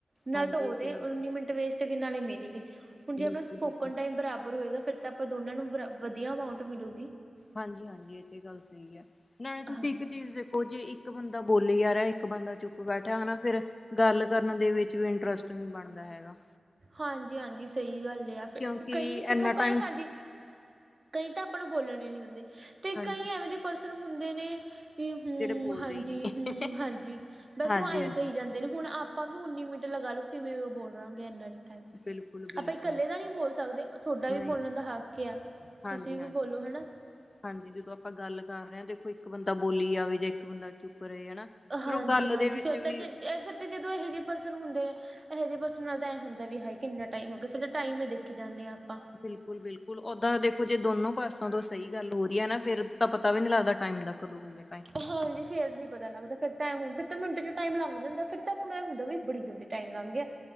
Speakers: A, on the right; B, on the left.
A: ਨਾਲ
B: ਹਾਂਜੀ
A: ਤਾਂ ਉਹਦੇ
B: ਇਹ ਤੇ ਗੱਲ
A: ਉੱਨੀ
B: ਸਹੀ।
A: ਮਿੰਟ ਵੇਸਟ ਗਏ, ਨਾਲੇ ਮੇਰੇ ਗਏ, ਹੁਣ ਜੇ
B: ਬਿਲਕੁਲ
A: ਅਪਣਾ ਸਪੋਕਨ
B: ਬਿਲਕੁਲ
A: ਟਾਈਮ ਬਰਾਬਰ ਹੋਏਗਾ ਫਿਰ ਤਾ ਆਪਾਂ ਦੋਨਾਂ ਨੂੰ, ਵਧੀਆ ਅਮਾੰਊਂਟ ਮਿਲੂਗੀ।
B: ਹਾਂਜੀ-ਹਾਂਜੀ, ਇਹ ਤੇ ਗੱਲ ਸਹੀ ਐ, ਨਾਲੇ ਤੁਸੀਂ
A: ਹਾਂਜੀ
B: ਇੱਕ ਚੀਜ਼ ਦੇਖੋ, ਜੇ ਇੱਕ ਇੱਕ ਬੰਦਾ ਬੋਲੀ ਜਾ ਰਿਹਾ, ਇੱਕ ਬੰਦਾ ਚੁੱਪ ਬੈਠਾ, ਹਟਾ ਫੇਰ ਗੱਲ ਕਰਨ ਦੇ ਵਿੱਚ ਵੀ ਇੰਟਰਸਟ ਨਹੀਂ ਬਣਦਾ ਹੈਗਾ।
A: ਹਾਂਜੀ-ਹਾਂਜੀ, ਸਹੀ ਗੱਲ ਏ, ਯਾ ਫਿਰ,
B: ਕਿਉਂਕਿ
A: ਕਈ ਦੇਖੋ,
B: ਇੰਨਾ ਟਾਈਮ
A: ਕਈ ਹਾਂਜੀ ਕਈ ਤਾਂ ਆਪਾਂ ਨੂੰ ਬੋਲਣ ਈ ਨਹੀ ਦਿੰਦੇ, ਤੇ
B: ਹਾਂਜੀ
A: ਕਈ ਐਵੇਂ ਦੇ ਪਰਸਨ ਹੁੰਦੇ ਨੇ ਵੀ ਹੂੰ,
B: ਜਿਹੜੇ ਬੋਲਦੇ
A: ਹਾਂਜੀ,
B: ਹੀ ਨਹੀਂ
A: ਹੂੰ, ਹਾਂਜੀ ਬਸ
B: ਹਾਂਜੀ
A: ਉਹ ਆਂਈਂ
B: ਹਾਂਜੀ
A: ਕਹੀ ਜਾਂ ਹੁਣ ਆਪਾਂ ਵੀ ਉੱਨੀ ਮਿੰਟ ਲਗਾਲੋ, ਕਿਵੇਂ ਉਹ ਬੋਲਾਂਗੇ ਇਨਾ ਆਪਾਂ
B: ਬਿਲਕੁਲ ਬਿਲਕੁਲ
A: ਇਕੱਲੇ ਦਾ ਨਹੀ ਬੋਲ ਸਕਦੇ, ਥੋਡਾ
B: ਨਹੀਂ
A: ਵੀ ਬੋਲਣ ਦਾ ਹੱਕ ਯਾ।
B: ਹਾਂਜੀ
A: ਤੁਸੀਂ
B: ਹਾਂਜੀ
A: ਵੀ ਬੋਲੋ, ਹਣਾ।
B: ਹਾਂਜੀ, ਜਦੋਂ ਆਪਾਂ ਗੱਲ ਕਰ ਰਹੇ ਆ, ਦੇਖੋ ਇੱਕ ਬੰਦਾ ਬੋਲੀ ਜਾਵੇ, ਯਾ ਇੱਕ ਬੰਦਾ ਚੁੱਪ ਰਹੇ ਹਨਾ ਫਿਰ
A: ਹਾਂਜੀ-ਹਾਂਜੀ,
B: ਉਹ ਗੱਲ ਦੇ ਵਿੱਚ
A: ਫਿਰ
B: ਵੀ
A: ਤਾਂ ਜੇ, ਫਿਰ ਤੇ ਜਦੋਂ ਇਹੋ ਜਿਹੇ ਪਰਸਨ ਹੁੰਦੇ ਨੇ ਇਹੋ ਜਿਹੇ ਪਰਸਨ ਨਾਲ ਤਾਂ ਐਂ ਹੁੰਦਾ ਵੀ, ਹਾਏ ਕਿੰਨਾ ਟਾਈਮ ਹੋਗਿਆ, ਫਿਰ ਤੇ ਟਾਈਮ ਹੀ ਦੇਖੀ ਜਾਂਨੇ ਆ, ਆਪਾਂ।
B: ਬਿਲਕੁਲ-ਬਿਲਕੁਲ, ਓਦਾਂ ਦੇਖੋ ਜੇ ਦੋਨੋ ਪਾਸਾਂ ਤੋਂ ਸਹੀ ਗੱਲ ਹੋ ਰਹੀ ਐ ਨਾ, ਫੇਰ ਤਾ ਪਤਾ ਵੀ ਨੀ ਲੱਗਦਾ ਟਾਈਮ ਦਾ, ਕਦੋਂ ਹੋਗਿਆ।
A: ਹਾਂਜੀ। ਫੇਰ ਨੀ ਪਤਾ ਲੱਗਦਾ, ਫਿਰ ਹੁਣ ਫਿਰ ਮਿੰਟ'ਚ ਟਾਈਮ ਲੱਗ ਜਾਂਦਾ, ਫਿਰ ਤਾਂ ਆਪਾ ਨੂੰ ਇਹ ਹੁੰਦਾ ਵੀ ਬੜੀ ਜਲਦੀ ਟਾਇਮ ਲੰਗ ਗਿਆ।